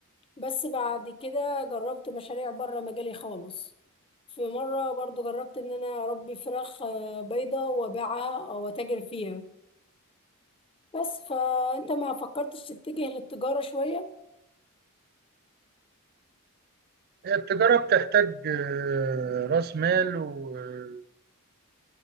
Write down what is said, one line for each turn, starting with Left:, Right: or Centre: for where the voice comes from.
Left: بس بعد كده جربت مشاريع بره مجالي خالص في مرة برضو جربت ان انا اربي فراخ آه، بيضة وابيعها او اتاجر فيها بس فانت ما فكرتش تتجه للتجارة شوية
Right: هي التجارة بتحتاج آه، راس مال و- آه،